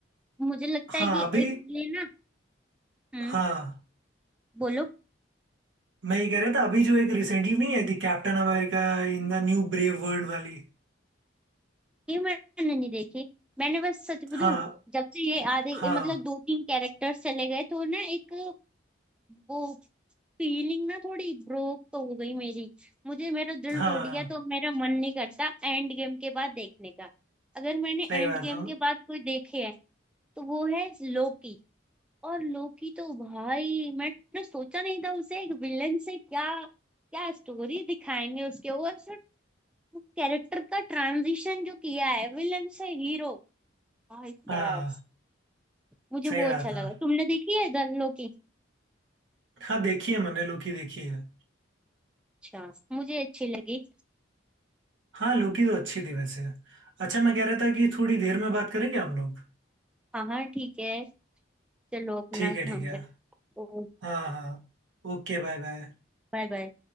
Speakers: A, in the centre; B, on the right (about 70°).
A: मुझे लगता
B: हाँ
A: है कि
B: अभी
A: एक ये ना हम्म
B: हाँ
A: बोलो
B: मैं ये कह रहा था अभी जो एक रिसेंटली नहीं आई थी Captain America in the new brave world वाली
A: ये मैंने नहीं देखी मैंने बस सच बोलूं
B: हाँ
A: जब से ये आधे
B: हाँ
A: मतलब दो तीन कैरेक्टर्स चले गए तो ना एक वो फीलिंग ना थोड़ी ब्रोक तो हो गई मेरी मुझे मेरा दिल
B: हाँ
A: टूट गया तो मेरा मन नहीं करता एंड गेम के बाद देखने का अगर मैंने
B: सही
A: एंड
B: बात
A: गेम
B: है
A: के बाद कोई देखे है तो वो है लोकी और लोकी तो भाई मैंने सोचा नहीं था उसे एक विलन से क्या क्या स्टोरी दिखाएंगे उसके ऊपर सर वो कैरेक्टर का ट्रांजिशन जो किया है विलन से हीरो भाई साहब
B: हाँ
A: मुझे
B: सही
A: वो
B: बात
A: अच्छा लगा
B: है
A: तुमने देखी है द लोकी
B: हाँ देखी है मैंने लोकी देखी है
A: अच्छा मुझे अच्छी लगी
B: हाँ लोकी तो अच्छी थी वैसे अच्छा मैं कह रहा था कि थोड़ी देर में बात करें क्या हम लोग
A: हाँ हाँ ठीक है चलो अपना
B: ठीक
A: काम
B: है ठीक है
A: करो
B: हाँ हाँ Okay bye bye
A: Bye bye